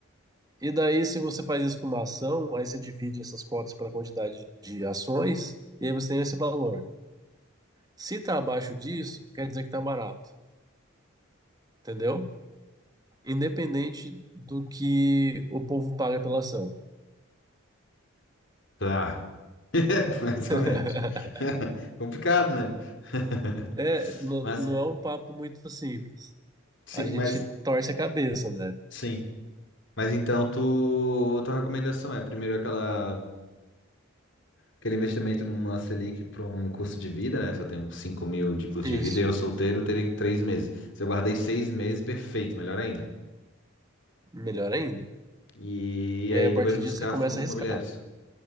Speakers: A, on the right (about 20°); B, on the left (about 60°).
A: E daí, se você faz isso com uma ação, aí você divide essas cotas pela quantidade de ações, e aí você tem esse valor. Se está abaixo disso, quer dizer que está barato. entendeu? Independente do que o povo paga pela ação.
B: Tá. <laughs> É, mais
A: <laughs>
B: ou menos. <laughs> Complicado, né? <laughs>
A: É, não,
B: Mas,
A: não é um papo muito simples.
B: sim,
A: A gente
B: mas,
A: torce a cabeça, né?
B: sim. Mas então, tu, tua recomendação é primeiro aquela, aquele investimento numa Selic para um custo de vida, né? Se eu tenho 5 mil de custo
A: Isso,
B: de vida e eu solteiro, eu teria 3 meses. Se eu guardei 6 meses, perfeito, melhor ainda.
A: melhor ainda.
B: E,
A: E
B: aí
A: aí, a
B: depois
A: partir
B: buscar
A: disso, você começa
B: fundos imobiliários,
A: a arriscar.